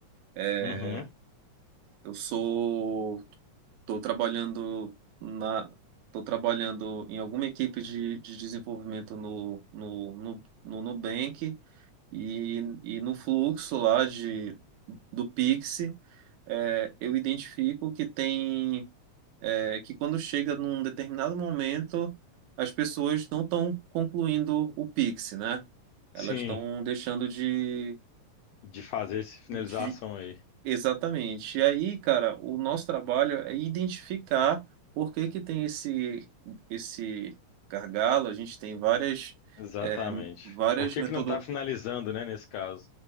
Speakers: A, on the right; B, on the left.
A: eh,
B: Uhum.
A: eu sou Estou trabalhando na, tô trabalhando em alguma equipe de, de desenvolvimento no, no, no, no Nubank e, e no fluxo lá de, do Pix, é, eu identifico que tem, é, que quando chega num determinado momento, as pessoas não estão concluindo o Pix, né? Elas
B: Sim.
A: estão deixando de,
B: De fazer essa finalização
A: de,
B: aí.
A: Exatamente. E aí, cara, o nosso trabalho é identificar por que que tem esse esse gargalo. A gente tem várias
B: Exatamente.
A: é, várias
B: Por que
A: metodo...
B: que não tá finalizando, né, nesse caso?